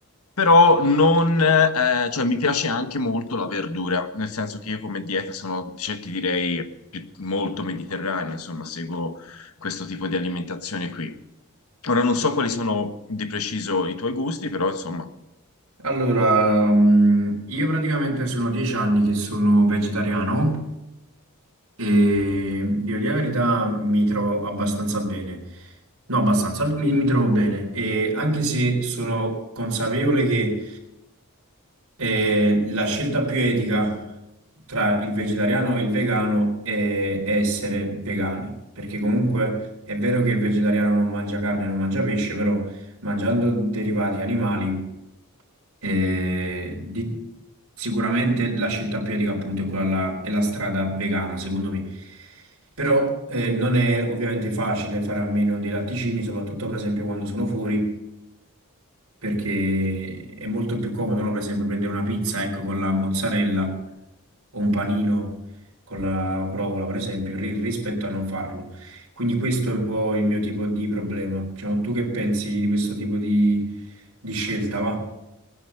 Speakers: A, on the left (about 85°); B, on the right (about 75°).
A: però non, eh, cioè mi piace anche molto la verdura, nel senso che io come dieta sono, cioè, ti direi, più- molto mediterranea, insomma, seguo questo tipo di alimentazione qui. Ora non so quali sono di preciso i tuoi gusti, però insomma,
B: Allora, mh, io praticamente sono dieci anni che sono vegetariano e devo dire la verità mi trovo abbastanza bene. No, abbastanza, mi, mi trovo bene. E anche se sono consapevole che eh, la scelta più etica tra il vegetariano e il vegano è, è essere vegani, perché comunque è vero che il vegetariano non mangia carne, non mangia pesce, però mangiando derivati animali eh, di- sicuramente la scelta più etica appunto è quella là- è la strada vegana, secondo me. Però eh, non è ovviamente facile fare a meno dei latticini, soprattutto per esempio quando sono fuori, perché è molto più comodo, no? Per esempio prendere una pizza, ecco, con la mozzarella o un panino con la provola, per esempio, ri- rispetto a non farlo. Quindi questo è un po' il mio tipo di problema. Diciamo, tu che pensi di questo tipo di, di scelta, va?